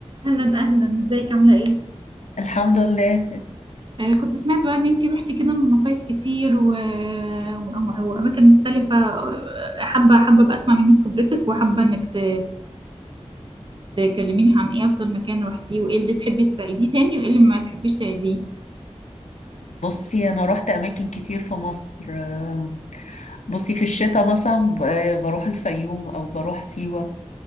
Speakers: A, on the right; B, on the left.
A: اهلا اهلا ازيك عامله ايه
B: الحمد لله
A: آه، كنت سمعت بقى ان انتي روحتي كده مصايف كتير و... وأم- واماكن مختلفة آه، حابة حابة بقى اسمع منك خبرتك وحابة انك ت... تكلميني عن ايه افضل مكان روحتيه وايه اللي تحبي تعيديه تاني وايه اللي ما تحبيش تعيديه
B: بصي انا رحت اماكن كتير في مصر آه، بصي في الشتاء مثلا ب- آه، بروح الفيوم او بروح سيوة